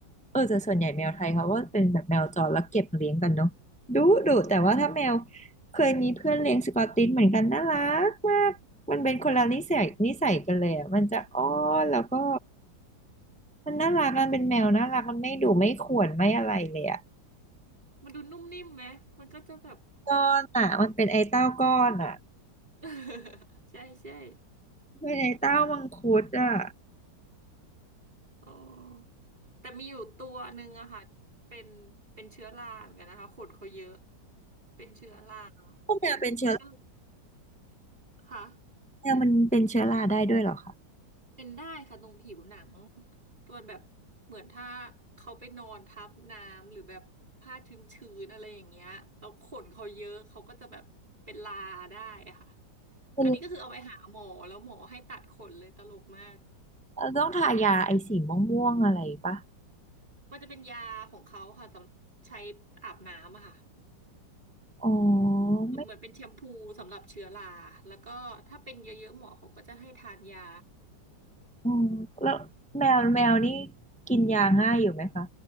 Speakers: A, in the centre; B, on the right.
A: เออแต่ส่วนใหญ่แมวไทยเขาก็เป็นแบบแมวจรแล้วเก็บเลี้ยงกันเนาะดุดุแต่ว่าถ้าแมวเคยมีเพื่อนเลี้ยงสกอตติชเหมือนกันน่ารักมากมันเป็นคนละนิสัยนิสัยกันเลยอ่ะมันจะอ้อนแล้วก็มันน่ารักมันเป็นแมวน่ารักมันไม่ดุไม่ข่วนไม่อะไรเลยอ่ะ
B: มันดูนุ่มนิ่มไหมมันก็จะแบบ
A: ก้อนอ่ะมันเป็นไอ้เต้าก้อนอ่ะ
B: <laughs> ใช่ใช่
A: เป็นไอ้เต้ามังคุดอ่ะ
B: อ๋อแต่มีอยู่ตัวหนึ่งอะค่ะเป็นเป็นเชื้อราเหมือนกันนะคะขนเขาเยอะเป็นเชื้อรา
A: พวกแมวเป็นเชื้อ
B: แล้วก็ค่ะ
A: แมวมันเป็นเชื้อราได้ด้วยเหรอคะ
B: เป็นได้ค่ะตรงผิวหนังตอนแบบเหมือนถ้าเขาไปนอนทับน้ำหรือแบบผ้าชื้นๆอะไรอย่างเงี้ยแล้วขนเขาเยอะเขาก็จะแบบเป็นลาได้อะค่ะ
A: เป็น
B: อันนี้ก็คือเอาไปหาหมอแล้วหมอให้ตัดขนเลยตลกมาก
A: เ่อต้องทายาไอสีม่วงๆอะไรปะ
B: มันจะเป็นยาของเขาค่ะสำหรับใช้อาบน้ำอะค่ะ
A: อ๋อ
B: เหมือนเหมือนเป็นแชมพูสำหรับเชื้อราแล้วก็ถ้าเป็นเยอะๆหมอเขาก็จะให้ทานยา
A: ไม่ออแล้วแมวแมวนี่กินยาง่ายอยู่ไหมคะ